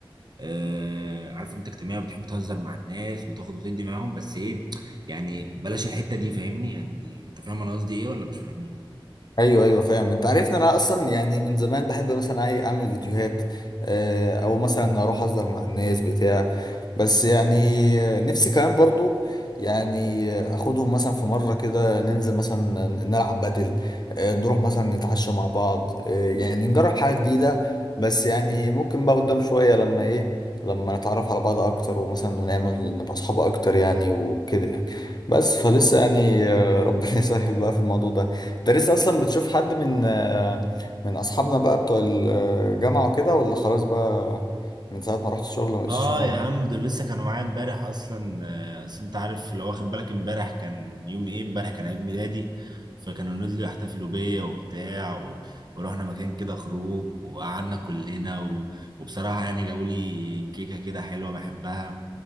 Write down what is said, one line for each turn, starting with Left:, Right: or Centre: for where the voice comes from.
Right: آه عارف انت اجتماعي بتحب تهزر مع الناس وتاخد وتدي معاهم بس ايه يعني بلاش الحتة دي فاهمني يعني انت فاهم انا قصدي ايه ولا مش فاهمني
Left: ايوه ايوه فاهم انت عارف ان انا اصلا يعني من زمان بحب مثلا عاي- اعمل فيديوهات آه، او مثلا اروح اصدر مع الناس بتاع بس يعني آه، نفسي كمان برضو يعني آه، اخدهم مثلا في مره كده ننزل مثلا نلعب بدل آه، نروح مثلا نتعشى مع بعض آه، يعني نجرب حاجه جديده بس يعني ممكن بقى قدام شويه لما ايه لما نتعرف على بعض اكتر ومثلا ونعمل نبقى اصحاب اكتر يعني وكده يعني بس فلسه يعني آه، ربنا <laughs> يسهل بقى في الموضوع ده انت لسه اصلا بتشوف حد من آه، من اصحابنا بقى بتوع الجامعه وكده ولا خلاص بقى من ساعه ما رحت الشغل ما بقتش
Right: اه
Left: تشوفهم
Right: يا عم دول لسه كانوا معايا امبارح اصلا آه، اصل انت عارف لو واخد بالك امبارح كان يوم ايه امبارح كان عيد ميلادي فكانوا نزلوا يحتفلوا بيا وبتاع و... ورحنا مكان كده خروج وقعدنا كلنا و... وبصراحة يعني جابوا لي كيكة كده حلوة بحبها